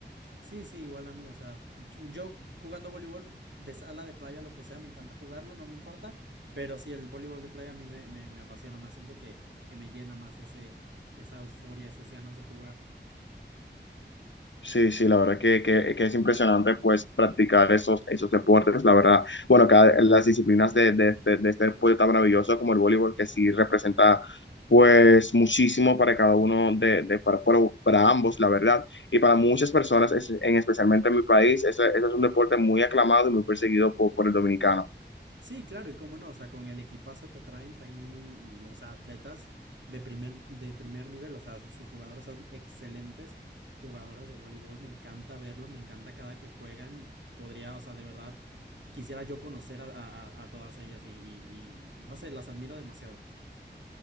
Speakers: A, on the right (about 75°); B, on the left (about 80°).
A: Sí, sí, igual a mí, o sea, yo yo jugando voleibol de sala, de playa, lo que sea, me encanta jugarlo, no me importa, pero sí, el voleibol de playa a mí me, me, me apasiona más, siento que, que me llena más ese, esa euforia, esas ganas de jugar.
B: Sí, sí, la verdad que, que, que es impresionante pues practicar esos, esos deportes, la verdad. Bueno, cada, las disciplinas de, de este, de este deporte tan maravilloso como el voleibol, que sí representa pues muchísimo para cada uno de, de para, para, para ambos, la verdad. Y para muchas personas, es- en especialmente en mi país, ese, ese es un deporte muy aclamado y muy perseguido por, por el dominicano.
A: Sí, claro, y cómo no, o sea, con el equipazo que traen, traen un, o sea, atletas de primer, de primer nivel, o sea, sus jugadoras son excelentes jugadoras de voleibol, me encanta verlo, me encanta cada que juegan, podría, o sea, de verdad, quisiera yo conocer a, a- a a todas ellas y, y- y- y no sé, las admiro demasiado.